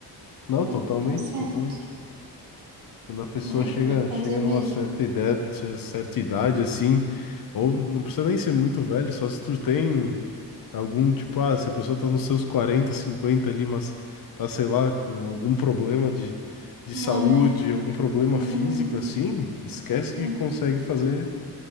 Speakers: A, on the left; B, on the right.
A: Não,
B: né?
A: totalmente,
B: Tá certo.
A: totalmente. Quando a pessoa
B: É,
A: chega,
B: tem que fazer
A: chega
B: mesmo.
A: numa certa ideia, cer- certa idade, assim, ou não precisa nem ser muito velho, só se tu tem algum, tipo, ah, se a pessoa tá nos seus 40 50 ali, mas tá, sei lá, com algum problema de, de
B: É.
A: saúde, algum problema
B: Uhum.
A: físico, assim, esquece
B: Uhum.
A: que consegue fazer